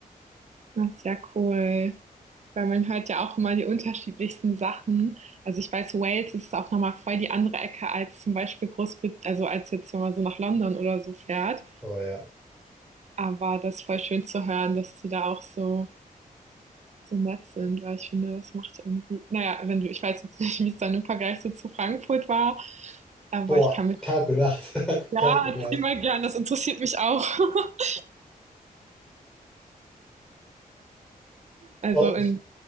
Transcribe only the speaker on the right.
das ist ja cool. Weil man hört ja auch immer die unterschiedlichsten Sachen. Also ich weiß, Wales ist auch nochmal voll die andere Ecke als zum Beispiel Großbritannien, also als jetzt, wenn man so nach London oder so fährt.
Aber das ist voll schön zu hören, dass die da auch so, so nett sind, weil ich finde, das macht irgendwie, naja, wenn du, ich weiß jetzt nicht, wie es dann im Vergleich so zu Frankfurt war, aber
ich kann mich,
ja,
erzähl
mal gern, das interessiert mich auch. <laughs> Also
in,